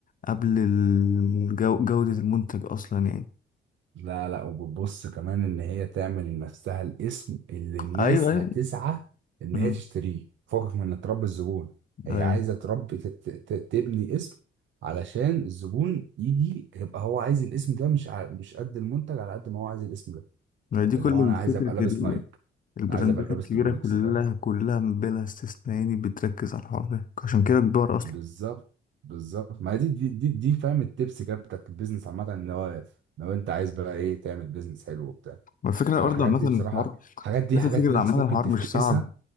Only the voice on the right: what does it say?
لا لا وبتبص كمان ان هي تعمل لنفسها الاسم اللي الناس
هتسعى ان
هي تشتريه فوقك من ان تربي الزبون هي
عايزه تربي ت- ت- ت- تبني اسم علشان الزبون يجي يبقى هو عايز الاسم ده مش ع- مش قد المنتج على قد ما هو عايز الاسم ده
اللي
هو انا عايز
ابقى لابس نايك
عايز ابقى لابس
رولكس
فاهم
بالظبط بالظبط ما دي دي دي, دي فاهم التبس كده بتاعت البيزنس عامة ان هو لو انت عايز بقى ايه تعمل بيزنس حلو وبتاع
على
الحاجات
دي
بصراحة الحاجات دي
حاجات
ناس
ممكن
تفكسها